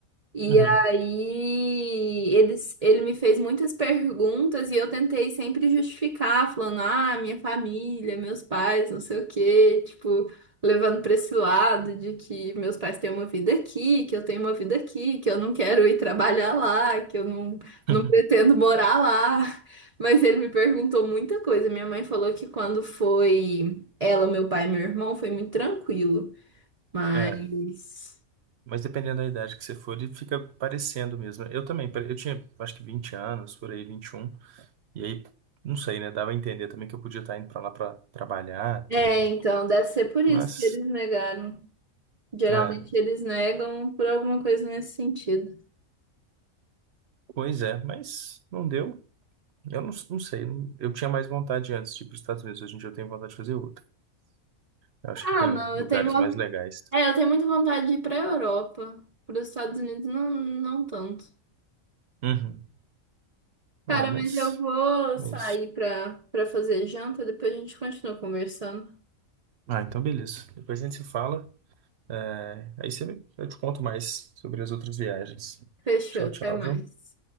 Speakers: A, on the right; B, on the right.
A: E
B: Uhum.
A: aí eles, ele me fez muitas perguntas e eu tentei sempre justificar, falando, ah, minha família, meus pais, não sei o quê, tipo, levando para esse lado de que meus pais têm uma vida aqui, que eu tenho uma vida aqui, que eu não quero ir trabalhar lá, que eu não,
B: <laughs>
A: não pretendo morar lá. <laughs> Mas ele me perguntou muita coisa. Minha mãe falou que quando foi ela, meu pai e meu irmão, foi muito tranquilo. Mas.
B: É. Mas dependendo da idade que você for, ele fica parecendo mesmo. Eu também, pare- eu tinha acho que 20 anos, por aí, vinte e um E aí, não sei, né? Dava a entender também que eu podia estar indo pra lá pra trabalhar, tudo.
A: É, então, deve ser por isso
B: Mas.
A: que eles negaram. Geralmente
B: É.
A: eles negam por alguma coisa nesse sentido.
B: Pois é, mas não deu. Eu não, não sei, eu tinha mais vontade antes de ir para os Estados Unidos, hoje em dia eu tenho vontade de fazer outras. Eu acho
A: Ah,
B: que tem
A: não, eu
B: lugares
A: tenho, vo-
B: mais legais.
A: é, eu tenho muita vontade de ir pra Europa. Para os Estados Unidos, não, não tanto.
B: Uhum.
A: Cara,
B: Ah, mas,
A: mas eu vou
B: mas.
A: sair pra, pra fazer janta, depois a gente continua conversando.
B: Ah, então beleza. Depois a gente se fala. É, Aí você, me- eu te conto mais sobre as outras viagens.
A: Fechou,
B: Tchau,
A: até
B: tchau,
A: mais.
B: viu?